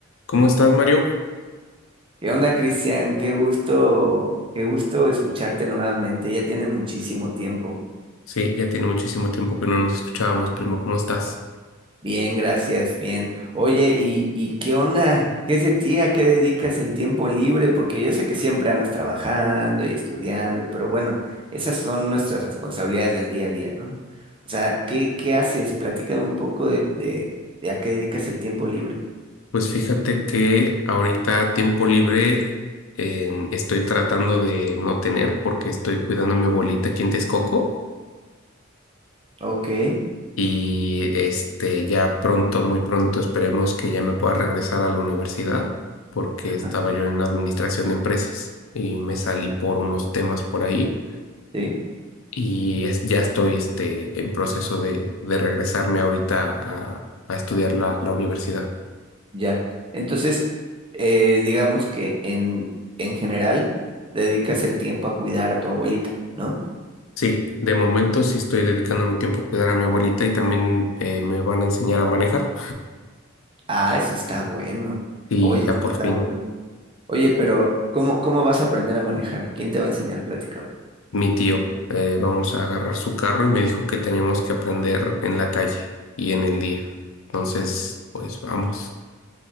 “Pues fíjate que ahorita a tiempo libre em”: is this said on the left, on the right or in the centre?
Left